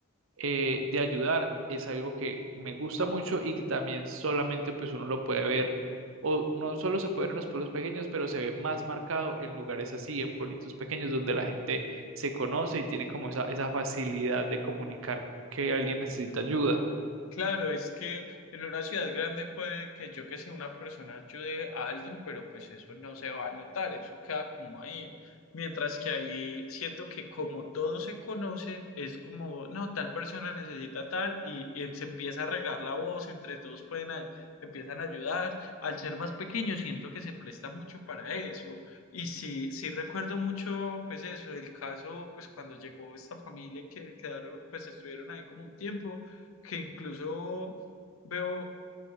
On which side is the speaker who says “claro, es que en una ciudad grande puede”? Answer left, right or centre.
Left